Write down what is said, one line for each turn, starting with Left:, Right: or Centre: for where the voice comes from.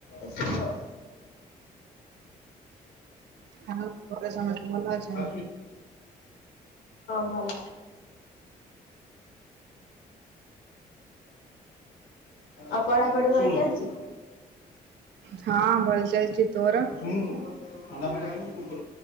Left: ଏସବୁ ଭ
Right: ଆଉ ଘରେ ସମତେ ଭଲ ଅଛି?
Left: ହଁ ଭଲ। ଆଉ ପଢାପଢି ଭଲ ଚାଲିଛି?
Right: ହଁ ଭଲ ଚାଲିଛି ତୋର
Left: ଶୁଣୁ ତୁ।